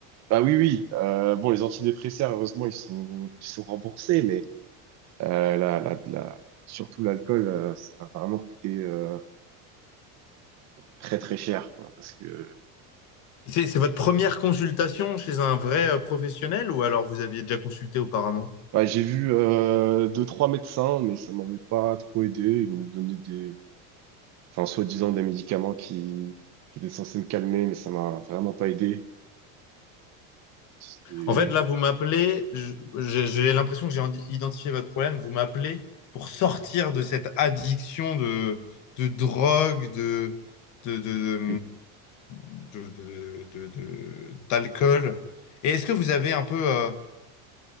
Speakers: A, on the right; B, on the left.
A: Bah oui, oui. Euh, bon, les antidépresseurs, heureusement, ils sont, ils sont remboursés, Euh, la, la, la- surtout l'alcool, euh, ça va vraiment coûter euh, très très cher, quoi, parce que
B: C'est c'est votre première consultation chez un vrai euh, professionnel ou alors vous aviez déjà consulté auparavant?
A: bah, j'ai vu euh, deux, trois médecins, mais ça m'avait pas trop aidé. Ils m'ont donné des, enfin, soi-disant des médicaments qui, qui étaient censés me calmer, mais ça m'a vraiment pas aidé. C'est-
B: En fait, là, vous m'appelez, je- j'ai j'ai l'impression que j'ai indi- identifié votre problème. Vous m'appelez pour sortir de cette addiction de, de drogue, de, de, de,
A: Oui.
B: de- de- de- de- d'alcool. Et est-ce que vous avez un peu, euh,